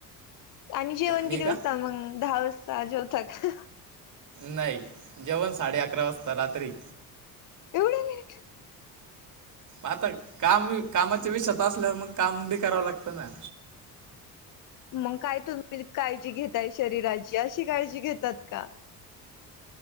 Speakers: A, on the left; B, on the right.
A: आणि जेवण
B: मी
A: किती
B: का
A: वाजता मग दहा वाजता जेवथका?
B: नाही जेवण साडे अकरा वाजता रात्री.
A: एवढं लेट
B: आता काम कामाच्या विषता असल्यावर मग काम बी करावं लागतं ना!
A: मग काय तुम्ही काळजी घेताय शरीराची अशी काळजी घेतात का?